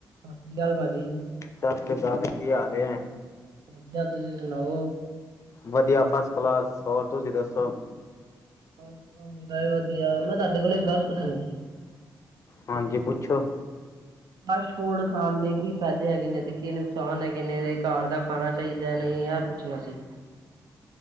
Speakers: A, on the right; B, on the left.
A: ਸਤਿ ਸ੍ਰੀ ਅਕਾਲ ਭਾਜੀ
B: ਚੱਕ ਕੀ ਹਾਲ ਏ?
A: ਵਧੀਆ ਤੁਸੀਂ ਸੁਣਾਓ?
B: ਵਧੀਆ ਫਸਟ ਕਲਾਸ ਹੋਰ ਤੁਸੀਂ ਦੱਸੋ?
A: <unintelligible> ਵਧੀਆ, ਮੈਂ ਤੁਹਾਡੇ ਕੋਲੋਂ ਇੱਕ ਗੱਲ ਪੁੱਛਣੀ ਸੀ?
B: ਹਾਂਜੀ ਪੁੱਛੋ।
A: ਫਾਸਟ ਫੂਡ ਖਾਣ ਦੇ ਕੀ ਫਾਇਦੇ ਹੈਗੇ ਨੇ? ਤੇ ਕੀ ਨੁਕਸਾਨ ਹੈਗੇ ਨੇ? ਘਰ ਦਾ ਖਾਣਾ ਚਾਹੀਦਾ? ਨਹੀਂ ਇਹ ਪੁੱਛਣਾ ਸੀ।